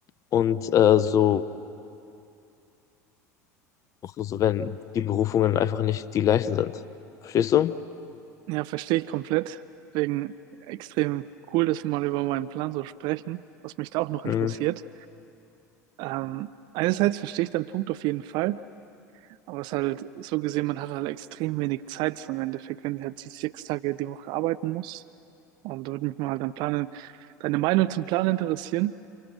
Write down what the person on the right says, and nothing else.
Ja, verstehe ich komplett. Deswegen extrem cool, dass wir mal über meinen Plan so sprechen, was mich da auch noch
interessiert. Ähm, einerseits verstehe ich deinen Punkt auf jeden Fall, aber es ist halt so gesehen, man hat halt extrem wenig Zeit so im Endeffekt, wenn ich halt die sechs Tage die Woche arbeiten muss. Und da würde mich mal halt dein Plan, deine Meinung zum Plan interessieren.